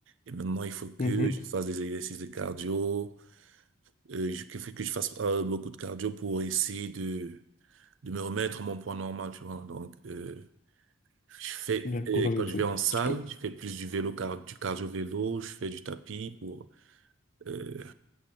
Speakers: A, on the right (about 75°); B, on the left (about 40°).
A: Et maintenant, il faut que
B: mhm, mhm.
A: je fasse des exercices de cardio, euh, je- que que je fasse euh, beaucoup de cardio pour essayer de de me remettre à mon poids normal, tu vois. Donc, euh, je fais,
B: Bien, courage
A: et quand
B: à toi
A: je vais en salle,
B: tu peux
A: je fais plus du vélo, car, du cardio-vélo, je fais du tapis pour, euh,